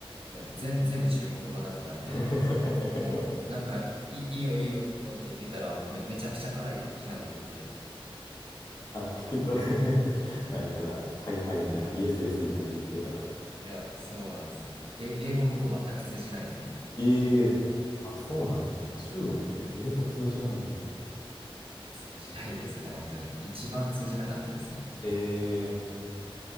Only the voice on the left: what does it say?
<laughs>
あ、聞き取れないから、はいはいみたいな、イエスイエスみたいな言ってたら。
ええー、あ、そうなんですね。
中国って英語通じないんだ。
ええ